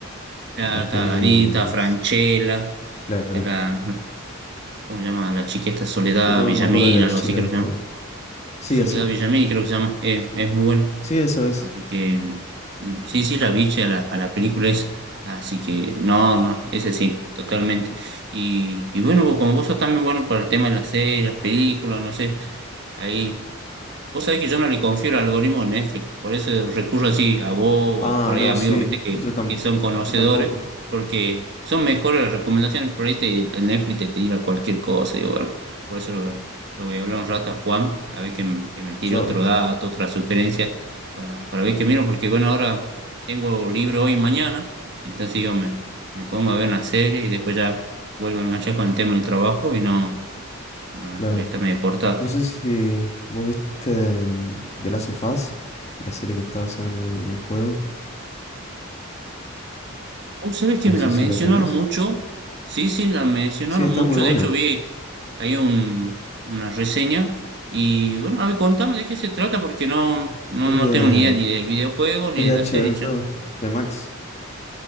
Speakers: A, on the right; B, on the left.
A: Claro,
B: en las
A: está
B: pelis.
A: Darín, está Franchella,
B: Claro.
A: está la, ¿cómo se llama? La chica esta Soledad
B: No,
A: Villamil,
B: no me acuerdo de la
A: algo
B: chica
A: así creo
B: esta.
A: que se llama
B: Sí,
A: Soledad
B: así.
A: Villamil, creo que se llama, eh, es muy bueno.
B: Sí, esa es.
A: Así que mm, sí, sí, la vi a la, a la película es. Así que no, no, ese sí, totalmente. Y, y bueno, vos- como vos sos también bueno para el tema de las series, las películas, no sé, ahí Vos sabés que yo no le confío el algoritmo de Netflix, por eso recurro así a vos
B: Ah,
A: o por ahí
B: no,
A: a amigos,
B: sí.
A: viste, que,
B: Yo, tam-
A: que son conocedores,
B: yo tampoco.
A: porque son mejores las recomendaciones, por ahí te- el Netflix te tira cualquier cosa, digo, bueno, por eso lo, lo voy a hablar un rato a Juan, a ver que, m- que me tire
B: Yo,
A: otro dato, otra sugerencia, para, para ver qué miro, porque bueno, ahora tengo libre hoy y mañana, entonces yo me, me pongo a ver una serie y después ya vuelvo a enganchar con el tema del trabajo y no, no
B: claro.
A: voy a estar medio cortado.
B: No sé si vos viste mm, The Last of Us, la serie que está basada en, en el juego.
A: Oh, ¿sabes que
B: No
A: me
B: sé
A: la mencionaron
B: si la tenés.
A: mucho? Sí, sí, la mencionaron
B: Sí, está
A: mucho.
B: muy buena.
A: De hecho, vi ahí un- una reseña. Y bueno, a ver, contame de qué se trata, porque no, no,
B: Es
A: no
B: de,
A: tengo ni idea ni del videojuego ni
B: es
A: de
B: de
A: la
B: HBO,
A: serie ya.
B: de Max.